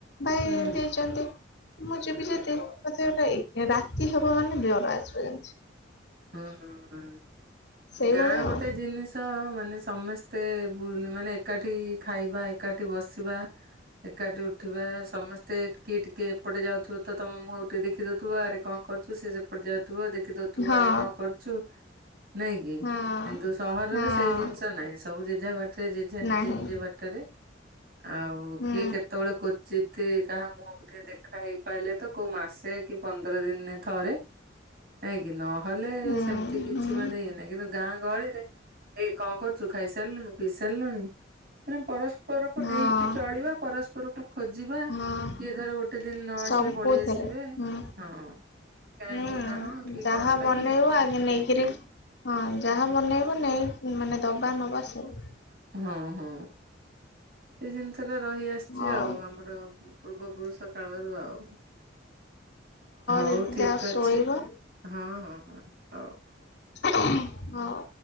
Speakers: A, on the left (about 60°); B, on the right (about 50°).
A: ଭାଇ
B: ହୁଁ
A: ଯାଇଛନ୍ତି ମୁଁ ଯିବି ଯେତିି ମତେ ଗୋଟେ ଏକାଟା କି ହବ ମାନେ ଜର ଆସିବ ଯା
B: ହୁଁ ହୁଁ
A: ସେଇଭଳିଆ
B: ଗାଁ ଗୋଟେ
A: ଆଉ
B: ଜିନିଷ ମାନେ ସମସ୍ତେ ଏତେ ବୁଲୁ ମାନେ ଏ ଏକାଠି ଖାଇବା ଏକାଠି ବସିବା ଏକାଠି ଉଠିବା ସମସ୍ତେ ଟିକିଏ ଟି କି ଏପଟେ ଯାଉଥିବ ତମ ମୁଁ ଗେ ଦେଖିଦଉଥିବ ଆରେ କଣ କରୁଚୁ ସେ ସେପଟେ ଯାଉଥିବ ଦେ ଦେଖି ଦୋଉଥିବ
A: ହଁ
B: ଆରେ କଣ କରୁଛୁ? ନାଇଁ କିି
A: ହଁ
B: କିନ୍ତୁ ସହରରେ
A: ହଁ
B: ସେଇ ଜିନିଷ ନାହିଁ ସବୁ ଜେଜା ବାଟରେ ଜେଜା ନିଜେ
A: ନାହିଁ
B: ନିଜେ ବାଟରେ ଆଉ
A: ହୁଁ
B: କିଏ କେତେବେଳେ କୁଚି ଯାହା ମୁହଁକୁ ଟିକେ ଦେଖା ହେଇପାରିଲେ ତ କୋଉ ମାସେ କି ପନ୍ଦର ଦିନ ଥରେ ନାଇଁକି ନ ହେଲେ
A: ହୁଁ
B: ସେମିତି କିଛି
A: ହୁଁ
B: ମାନେ ଇଏ ନାହିଁ କିନ୍ତୁ ଗାଁ ଗଳିରେ ଏଇ କଣ କରୁଛୁ ଖାଇସାରିଲୁଣୁ? ପି ସାରିଲୁଣି ମାନେ ପରସ୍ପରକୁ
A: ହଁ
B: ନେଇକି ଚଳିବା ପରସ୍ପ ଘରକୁ ଖୋଜିବା
A: ହଁ।
B: କିଏ ଧର ଗୋଟେ ଦିନ ନ
A: ସବୁଥିରେ
B: ଆସିଲେ ପଳେଇ ଆସିବେ
A: ହୁଁ
B: ହଁ କାଇଁ
A: ହୁଁ
B: ନା ହଁ କି
A: ଯାହା
B: କଣ ପାଇଁ
A: ବନେଇବ ଆଗ ନେଇକିରି ହଁ ହଁ ଯାହା ବନେଇବ ନେଇ ମାନେ ଦବା ନବା ସବୁ
B: ହଁ ହଁ ସେ ଜିନିଷ ସେଟା ରହିଆସିଛି
A: ହଉ
B: ଆଉ ଆମର ପୂର୍ବ ପୁରୁଷ କାଳରୁ ଆଉ ହଉ
A: ଦିଦି
B: ଠିକ୍
A: ଯାଅ
B: ଅଛି
A: ଶୋଇବ
B: ହଁ ହଁ ହଁ ହଉ।
A: ହଁଉ।